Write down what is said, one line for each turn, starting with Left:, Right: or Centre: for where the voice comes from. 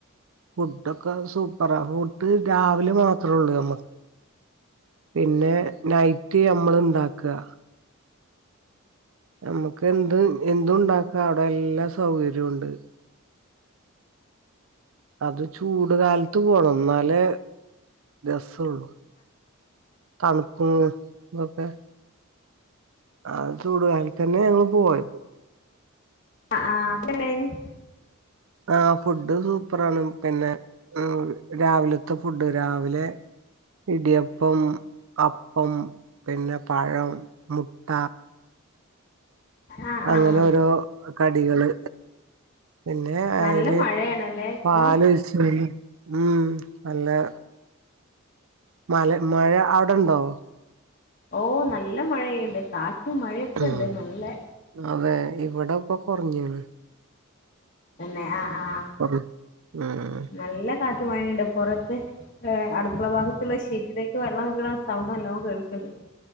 Right: ഫുഡൊക്കെ സൂപ്പറാ ഫുഡ് രാവിലെ മാത്രള്ളൂ നമ്മക്ക് പിന്നെ നൈറ്റ് ഞമ്മള് ണ്ടാക്കാ ഞമ്മക്ക് എന്ത് എന്തു ണ്ടാക്കാ അവടെ എല്ലാ സൗകര്യുണ്ട് അത് ചൂട് കാലത്ത് പോണം ന്നാലേ രസൊള്ളു തണുപ്പും തൊക്കെ ആ ചൂട് കാലതന്നെ ഞങ്ങള് പോയത്
Left: ആഹ് ആഹ് <unintelligible>
Right: ആഹ് ഫുഡ് സൂപ്പറാണ് പിന്നെ ആഹ് രാവിലത്തെ ഫുഡ് രാവിലെ ഇടിയപ്പം അപ്പം പിന്നെ പഴം മുട്ട
Left: ആഹ്
Right: അങ്ങനെരോ
Left: ആഹ്
Right: കടിയള് പിന്നെ അയ്ല്
Left: നല്ല മഴയാണല്ലേ ഇപ്പൊ
Right: പാല് ഒഴിച് മം നല്ല മല മഴ അവിടെണ്ടോ
Left: ഓ നല്ല മഴയ്യ്ണ്ട് കാറ്റും മഴയൊക്കെ
Right: ഉം
Left: ണ്ട് നല്ല
Right: അതെ ഇവിടെപ്പൊ കൊർഞ്ഞ്ണ്
Left: തെന്നെ ആഹ് ആഹ്
Right: കുറ ഉം ആഹ്
Left: നല്ല കാറ്റു മഴണ്ട് പൊറത്ത് ഹേ അടുക്കള ഭാഗത്ത്ള്ള ഷീ പിന്നെ അയ്ക്ക് വെള്ളം വിക്ണ സൗണ്ട് നല്ലോ കേൾക്ണ്ട്